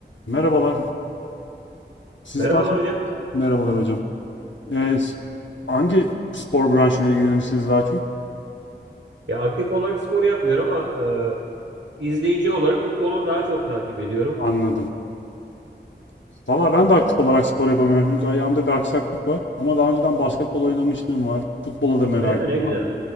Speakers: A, on the left; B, on the right.
A: Merhabalar. Siz
B: Merhabalar
A: daha çok
B: hocam.
A: merhabalar hocam. Ee, s- hangi spor branşıyla ilgilenirsiniz daha çok?
B: Ya aktif olarak spor yapmıyorum ama e, izleyici olarak futbolu daha çok takip ediyorum.
A: Anladım. Valla ben de aktif olarak spor yapamıyorum çünkü ayağımda bir aksaklık var. Ama daha önceden basketbol
B: Evet.
A: oynamışlığım var. Futbola da merakım
B: Öyle mi? Ne güzel.
A: vardı.